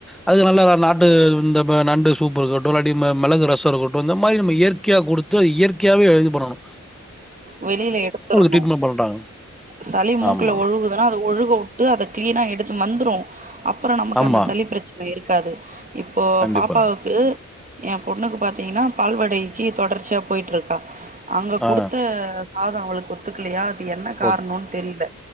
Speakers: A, in the centre; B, on the right.
A: அதுக்கு நல்லா நாட்டு இந்த நண்டு சூப்பு இருக்கட்டு இல்லாட்டி மிளகு ரச இருக்கட்டு இந்த மாரி நம்ம இயற்கையா குடுத் து இயற்கையாவே இது பண்ணணு
B: வெளில எடுத்துருணு
A: ட்ரீட்மெண்ட் பண்றாங்க.
B: சளி மூக்குல
A: ஆமா,
B: ஒழுகுது இல்லனா அத ஒழுக விட்டு அத கிளீனா எடுக்கணு வந்துரு அப்பற நமக்கு
A: ஆமா.
B: அந்த சளி பிரச்சன இருக்காது இப்போ
A: கண்டிப்பா.
B: பாப்பாவுக்கு என் பொண்ணுக்கு பாத்தீங்கன்னா பால்வாடகைக்கு தொடர்ச்சியா போய்ட்டுருக்கா அங்க குடுத்
A: ஆ.
B: த சாத அவளுக்கு ஒத்துக்கலையா அது என்ன காரணன்
A: ஓ!
B: தெரில